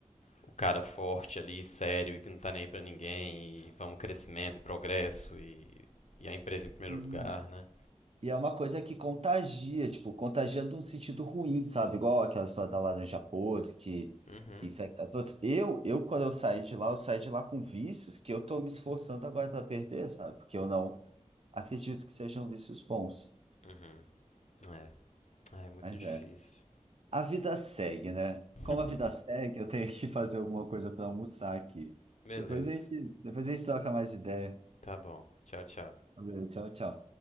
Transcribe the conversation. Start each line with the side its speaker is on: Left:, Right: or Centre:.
Left: o cara forte ali, sério e que não tá nem aí pra ninguém, e vamos crescimento e progresso e, e a empresa em primeiro
Right: Hum.
Left: lugar, né?
Right: E é uma coisa que contagia, tipo, contagia num sentido ruim, sabe? Igual aquela história da laranja podre que,
Left: Uhum,
Right: que infecta as outras. Eu, eu, quando eu saí de lá, eu saí de lá com vícios que eu tô me esforçando agora para perder, sabe? Porque eu não acredito que sejam vícios bons.
Left: uhum. É. Ah, é muito
Right: Mas
Left: difícil.
Right: é. A vida segue, né?
Left: <laughs>
Right: Como a vida segue, eu tenho que fazer alguma coisa para almoçar aqui.
Left: Beleza,
Right: Depois a gente, depois a gente troca mais ideia.
Left: tá bom. Tchau, tchau.
Right: Valeu, Tchau, tchau.